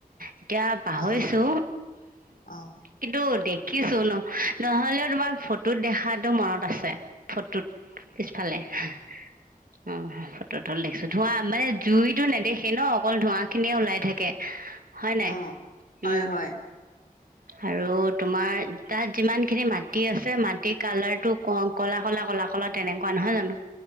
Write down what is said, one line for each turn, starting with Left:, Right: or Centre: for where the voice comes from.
Right: এতিয়া পাহৰিছো
Left: অ' অ'
Right: কিন্তু দেখিছো ন? নহ'লেও তোমাৰ ফটোত দেখাটো মনত আছে ফটোত পিছফালে অ, ত তল দেখিছো ধোৱা মানে জুইতটো নেদেখি ন অকল ধোৱা খিনিয়ে ওলাই থাকে হয় নাই?
Left: অ' হয়
Right: উম,
Left: হয়।
Right: আৰু তোমাৰ তাত যিমান খিনি মাটি আছে মাটিৰ কালাৰ টো ক ক'লা - ক'লা - ক'লা - ক'লা তেনেকুৱা নহয় জানো?